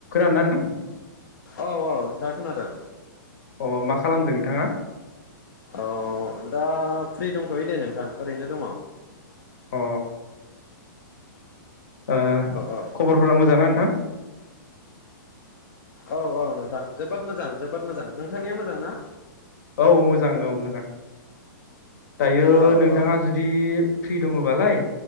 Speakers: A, on the left (about 55°); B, on the left (about 75°).
A: <unintelligible>
B: औ औ नोंथां खोनादों।
A: अ मा खालामदों नोंथाङा?
B: औ दा फ्रि दंथ'यो दे नोंथां ओरैनो दङ।
A: अ ओ
B: औ
A: खबरफोरा मोजांना नों थां
B: औ औ नोंथां जोबोद मोजां जोबोद मोजां नोंथांनिया मोजां ना?
A: औ मोजां औ मोजां। दायो
B: औ
A: नोंथाङा
B: औ
A: जुदि फ्रि दङबालाय